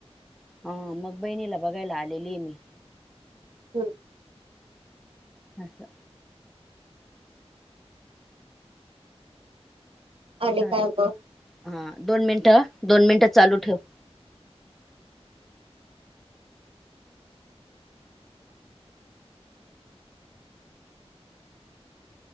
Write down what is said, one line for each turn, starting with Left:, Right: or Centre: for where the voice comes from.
Centre: हा मग बहिणीला बघायला आलेली ये मी
Right: हं
Centre: अस
Right: आणि
Centre: चालेल
Right: काय म्हणताय
Centre: हा दोन मिनट दोन मिनिट चालू ठेव